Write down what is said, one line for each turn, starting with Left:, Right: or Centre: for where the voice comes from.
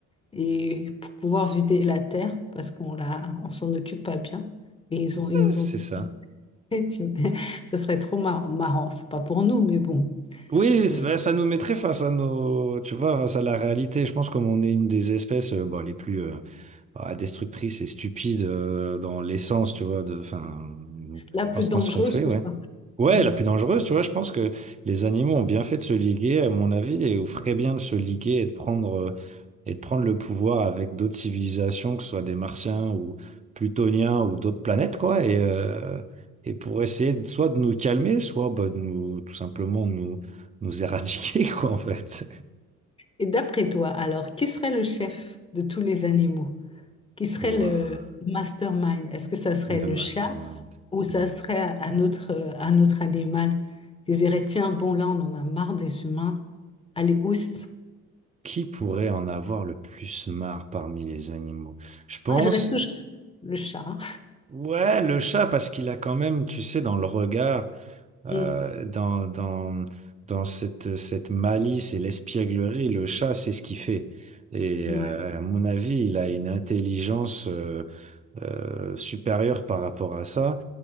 Left: et pour pouvoir vider la Terre parce qu'on la, on s'en occupe pas bien. Et ils ont, ils nous
Right: C'est
Left: ont,
Right: ça.
Left: <laughs> ça serait trop marrant, marrant. C'est pas pour nous, mais bon.
Right: Oui,
Left: Ça
Right: oui, c'est- ben, ça nous mettrait face à nos, tu vois, face à la réalité. Je pense comme on est une des espèces euh, bon, les plus euh, ah, destructrices et stupides euh, dans l'essence, tu vois, de, enfin,
Left: La plus
Right: dans, ce
Left: dangereuse,
Right: dans ce qu'on fait,
Left: tout
Right: ouais.
Left: ça.
Right: Ouais,
Left: Ouais.
Right: la plus dangereuse, tu vois, je pense que les animaux ont bien fait de se liguer, à mon avis, et feraient bien de se liguer et de prendre euh, et de prendre le pouvoir avec d'autres civilisations, que ce soit des Martiens ou Plutoniens ou d'autres planètes, quoi, et, euh, et pour essayer de- soit de nous calmer, soit bah, de nous, tout simplement nous, nous éradiquer, <laughs> quoi, en fait.
Left: Et d'après toi, alors, qui serait le chef de tous les animaux? Qui serait
Right: Waouh,
Left: le mastermind? Est-ce que ça serait
Right: le
Left: le
Right: mastermind.
Left: chat ou ça
Right: Hmm.
Left: serait un autre, euh, un autre animal qui dirait, tiens, bon, là, on en a marre des humains. Allez, oust.
Right: Qui pourrait en avoir le plus marre parmi les animaux? Je pense,
Left: Ah, je reste toujours sur le chat. hein.
Right: ouais, le chat, parce qu'il a quand même, tu sais, dans le regard. euh,
Left: Mm.
Right: dans, dans, dans cette, cette malice et l'espièglerie, le chat, c'est ce qu'il fait. Et
Left: Ouais.
Right: euh, à mon avis, il a une intelligence euh, euh, supérieure par rapport à ça,